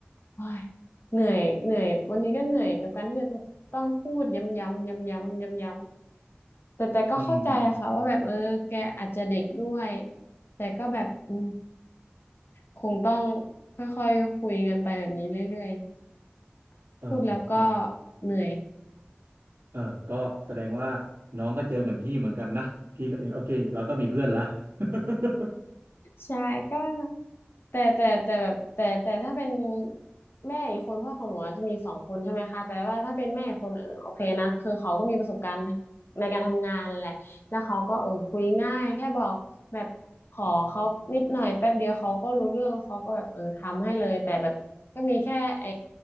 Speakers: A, on the left; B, on the right.
A: โอ้ยเหนื่อยเหนื่อยบางทีก็เหนื่อยกับการที่จะต้องพูดย้ำๆย้ำๆย้ำๆแต่แต่ก็เข้าใจค่ะว่าแบบเออแกอาจจะเด็กด้วย
B: อืม
A: แต่ก็แบบอืมคงต้องค่อยๆคุยกันไปแบบนี้เรื่อยๆพูดแล้วก็
B: เออเนาะ
A: เหนื่อย
B: เออก็แสดงว่าน้องก็เจอเหมือนพี่เหมือนกันนะพี่ก็โอเคเราก็มีเพื่อนละ <laughs>
A: ใช่ก็แต่แต่แต่แบบแต่แต่ถ้าเป็นแม่อีกคนพ่อของหนูอะจะมีสองคนใช่ไหมคะแต่ว่าถ้าเป็นแม่อีกคนเออโอเคนะคือเขาก็มีประสบการณ์ในการทำงานแหละแล้วเขาก็เออคุยง่ายแค่บอกแบบขอเขานิดหน่อยแป๊บเดียวเขาก็รู้เรื่องเขาก็แบบเออทำให้เลยแต่แบบก็มีแค่ไอ